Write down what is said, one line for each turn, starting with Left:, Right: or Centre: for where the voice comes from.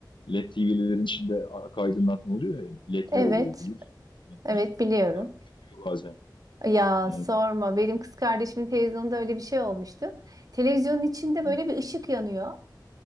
Left: LED TV'lerin içinde arka aydınlatma oluyor ya, LED'ler
Right: Evet,
Left: oluyor biliyorsun. Bunlar
Right: evet
Left: düş-
Right: biliyorum.
Left: bunlar düşüyor bazen.
Right: Ya
Left: Yani,
Right: sorma. Benim kız kardeşimin televizyonda öyle bir şey olmuştu. Televizyonun içinde böyle
Left: evet.
Right: bir ışık yanıyor.